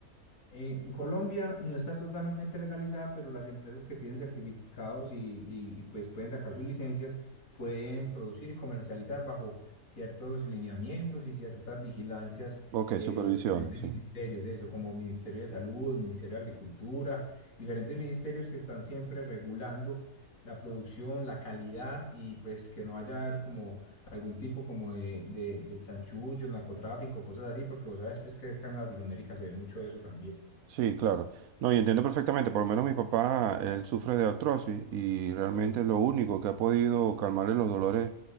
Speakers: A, on the left; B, on the right.
A: En Colombia no está totalmente legalizada, pero las empresas que tienen certificados y, y- y, pues pueden sacar sus licencias, pueden producir y comercializar bajo ciertos lineamientos y ciertas vigilancias
B: Ok,
A: eh,
B: supervisión,
A: de los diferentes
B: sí.
A: ministerios, eso como Ministerio de Salud, Ministerio de Agricultura, diferentes ministerios que están siempre regulando la producción, la calidad y pues que no haya como algún tipo como de, de, de chanchullo, narcotráfico, cosas así, porque vos sabes pues que acá en Latinoamérica se ve mucho eso también.
B: Sí, claro. No, y entiendo perfectamente, por lo menos mi papá, él sufre de artrosis y realmente
A: Sí,
B: lo único que ha podido calmarle los dolores